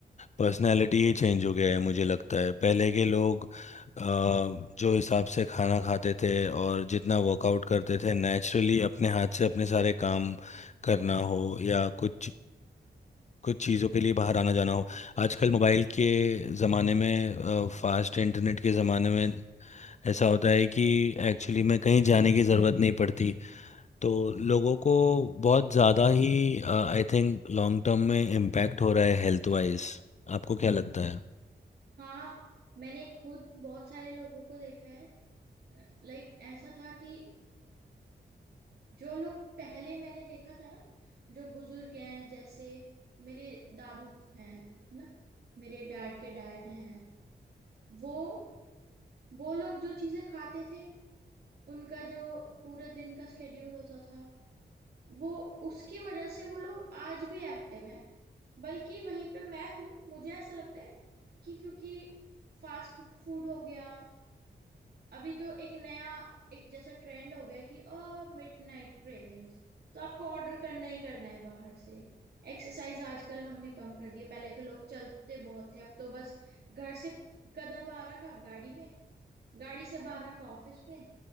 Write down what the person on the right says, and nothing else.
हाँ मैंने खुद बहुत सारे लोगों को देखा है लाइक ऐसा था कि जो लोग पहले मैंने देखा था ना जो बुजुर्ग हैं जैसे मेरे दादू हैं है ना मेरे डैड के डैड हैं वो वो लोग जो चीजें खाते थे उनका जो पूरे दिन का स्केड्यूल होता था वो उसकी वजह से वो लोग आज भी एक्टिव हैं बल्कि वहीं पे मैं हूँ मुझे ऐसा लगता है कि क्योंकि फास्ट फूड हो गया अभी तो एक नया एक जैसा ट्रेंड हो गया कि अ मिडनाइट क्रेविंग्स तो आपको ऑर्डर करना ही करना है बाहर से एक्सरसाइज आजकल हमने कम कर दी है पहले के लोग चलते बहुत थे अब तो बस घर से कदम बाहर रखा गाड़ी में गाड़ी से बाहर रखा ऑफिस पे